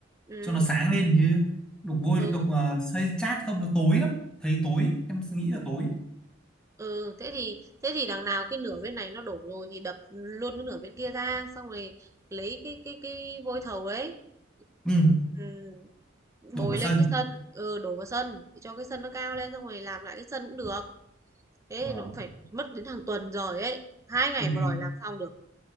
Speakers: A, on the right; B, in the centre.
A: ừ.
B: cho nó sáng lên chứ đục vôi
A: ừ
B: đục ờ, xây chát không nó tối lắm thấy tối em nghĩ là tối
A: ừ thế thì thế thì đằng nào cái nửa bên này nó đổ rồi thì đập luôn cái nửa bên kia ra xong rồi lấy cái cái cái vôi thầu ấy
B: ừ.
A: Ừ, ừm,
B: đổ
A: bồi
B: vào sân
A: lên cái sân ừ đổ vào sân để cho cái sân nó cao lên xong rồi làm lại cái sân cũng được thế
B: vâng
A: thì nó cũng phải mất đến hàng tuần rồi ấy hai ngày
B: Ừ.
A: mà đòi làm xong được